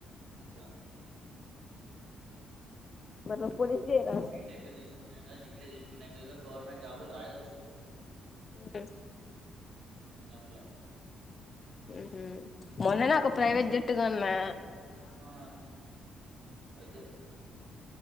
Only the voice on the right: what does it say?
మట్లా.
బీటెక్ ఏ తీసుకున డిగ్రీ చేసుకున ఎం గది గానీ గవర్నమెంట్ జాబులు రాయొచ్చు.
గాట్లా.
ఆ వొద్దు.